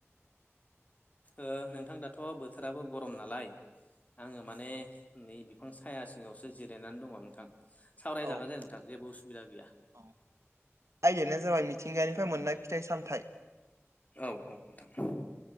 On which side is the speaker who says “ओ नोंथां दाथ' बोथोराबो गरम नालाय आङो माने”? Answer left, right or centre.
Left